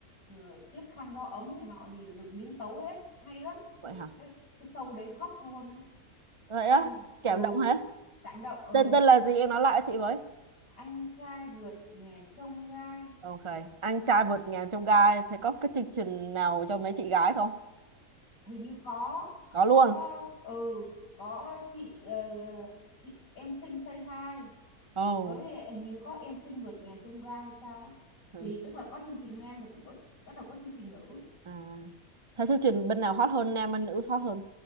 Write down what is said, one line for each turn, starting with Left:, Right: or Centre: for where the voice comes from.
Left: ừ, chiếc khăn gió ấm này nọ gì là được biến tấu hết hay lắm
Right: vậy
Left: cái
Right: hả
Left: cái, cái show đấy khóc luôn á
Right: vậy
Left: hay
Right: á cảm
Left: ừ
Right: động hả
Left: cảm động ừ
Right: tên tên là gì em nói lại cho chị với
Left: anh trai vượt ngàn chông gai
Right: ok anh trai vượt ngàn chông gai thế có cái chương trình nào cho mấy chị gái không
Left: hình như có
Right: có
Left: có
Right: luôn
Left: ừ có chị ờ, ờ, chị em xinh say hi
Right: ồ
Left: với hình như có em xinh vượt ngàn chông gai hay sao á.
Right: ừ.
Left: thì tức là có chương trình nam thì cũng có bắt đầu có chương trình nữ
Right: à, thế chương trình bên nào hot hơn nam hay nữ hot hơn